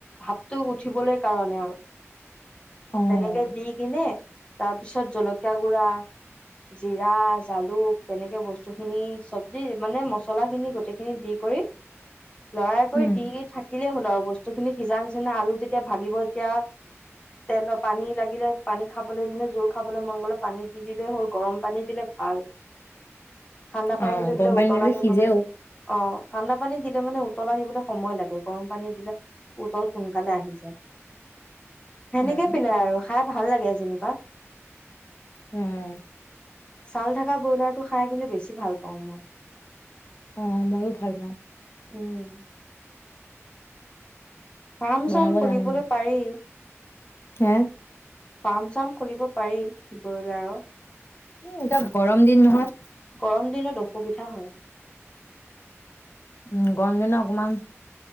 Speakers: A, on the left; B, on the left.
A: ভাৱটো উঠিবলৈ কাৰণে আৰু।
B: অ',
A: তেনেকে দি কিনে তাৰ পিছত জলকীয়া গুড়া, জিৰা, জালুক তেনেকে বস্তুখিনি চব্জি মানে মছলা খিনি গোটেইখিনি দি কৰি লৰাই কৰি
B: উম,
A: দি থাক। দিলেই হ'ল আৰু বস্তু খিনি সিজা নিচিনা আলু যেতিয়া ভাগিব তেতিয়া তেল পানী লাগিলে পানী খাবলৈ মানে জোল খাবলৈ মনগলে পানী দি দিলেই হ'ল গৰম পানী দিলে ভাল ঠাণ্ডা পানী
B: অ',
A: তো
B: গৰম
A: দিলে
B: পানী
A: উতল আহি
B: সিজেও
A: গলে অ খ গৰম পানী দিলে মানে উতলাই থাকিবলৈ সময় লাগে গৰম পানী দিলে উতল সোনকালে আহি যায় সেনেকে
B: উম,
A: পিলে আৰু খাই ভাল লাগে যেনিবা
B: উম
A: ছাল থকা ব্ৰইলাৰটো খাই কিন্তু বেছি ভাল পাওঁ মই
B: অ মই ও ভাল পাওঁ
A: উম ফাৰ্ম
B: বনাব
A: চাৰ্ম খুলিবলৈ
B: জানো মই
A: পাৰি
B: হে
A: ফাৰ্ম চাৰ্ম খুলিব পাৰি ব্ৰইলাৰৰ
B: উ এটা গৰম দিন নহয়
A: গৰম দিনত অসুবিধা হয়
B: উম গৰম দ অকমান